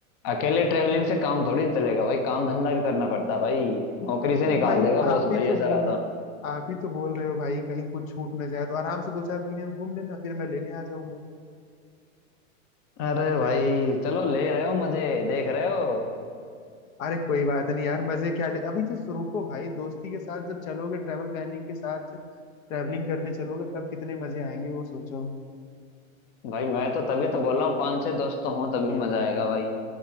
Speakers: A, on the left; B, on the left.
A: अकेले ट्रेवलिंग से काम थोड़ी चलेगा भाई काम धंधा भी करना पड़ता है भाई नौकरी से
B: तो
A: निकाल
B: भाई
A: देगा
B: आप
A: बॉस
B: ही
A: भाई
B: तो
A: ऐसा
B: बोल
A: रहता
B: रहे आप ही तो बोल रहे हो भाई कहीं कुछ छूट ना जाए तो आराम से दो चार महीने में घूम लेना फिर मैं लेने आ जाऊंगा
A: अरे भाई चलो ले रहे हो मजे देख रहे हो
B: अरे कोई बात नहीं यार मजे क्या ले अभी तो रुको भाई दोस्ती के साथ जब चलोगे ट्रैवल प्लानिंग के साथ ट्रैवलिंग करने चलोगे तब कितने मजे आएंगे वो सोचो
A: भाई मैं तो तभी तो बोल रहा हूँ पांच छह दोस्त तो हों तभी मजा आएगा भाई